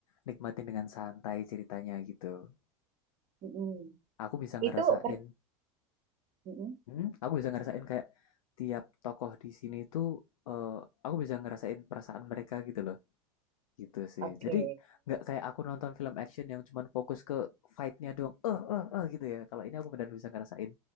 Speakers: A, on the left; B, on the right.
A: Nikmatin dengan santai ceritanya gitu.
B: mm-mm.
A: Aku bisa ngerasain,
B: Itu per... Mm-mm.
A: hmm, aku bisa ngerasain kayak tiap tokoh di sini tuh eh, aku bisa ngerasain perasaan mereka gitu loh. Gitu sih.
B: Oke,
A: Jadi nggak kayak aku nonton film action yang cuman fokus ke fight-nya doang. Eh uh, eh uh, eh uh, gitu ya. Kalau ini aku benar benar bisa ngerasain